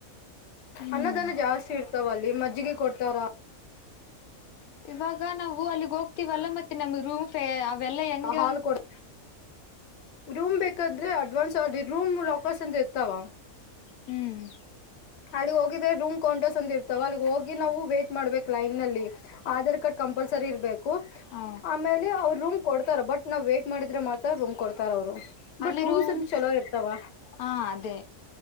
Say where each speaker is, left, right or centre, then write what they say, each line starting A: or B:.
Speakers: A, on the left; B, on the left.
A: ಹ್ಮ್
B: ಅನ್ನದಾನ ಜಾಸ್ತಿ ಇರ್ತವ ಅಲ್ಲಿ ಮಜ್ಜಿಗೆ ಕೊಡ್ತಾರ
A: ಇವಾಗ ನಾವು ಅಲ್ಲಿಗ್ ಹೋಗ್ತೀವಲ್ಲ ಮತ್ತೆ ನಮ್ಗ್ ರೂಮ್ ಫೆ ಅವೆಲ್ಲ ಹೆಂಗೆ
B: ಹಾಲ್ ಕೊಡ್ ರೂಮ್ ಬೇಕಾದ್ರೆ ಅಡ್ವಾನ್ಸ್ ಅವ್ರ್ದೆ ರೂಮ್ ಲಾಕರ್ಸ್ ಅಂದ್ರೆ ಇರ್ತವ
A: ಹ್ಮ್
B: ಅಲ್ಲಿಗ್ ಹೋಗಿದೆ ರೂಮ್ ಕೌಂಟಸ್ ಅಂತ ಇರ್ತಾವ ಅಲ್ಲಿಗ್ ಹೋಗಿ ನಾವು ವೇಟ್ ಮಾಡ್ಬೇಕ ಲೈನ್ಲ್ಲಿ ಆಧಾರ್ ಕಾರ್ಡ್ ಕಂಪಲ್ಸರಿ ಇರ್ಬೇಕು
A: ಹ
B: ಆಮೇಲೆ ಅವ್ರೂಮ್ ಕೊಡ್ತಾರ ಬಟ್ ನಾವ್ ವೇಟ್ ಮಾಡಿದ್ರೆ ಮಾತ್ರ ರೂಮ್ ಕೊಡ್ತಾರ ಅವರು ಬಟ್
A: ಅಲ್ಲಿ
B: ರೂಮ್ಸ್
A: ರೂಮ್
B: ಇಂದ ಚಲೋ ಇರ್ತವ
A: ಹಾ ಅದೇ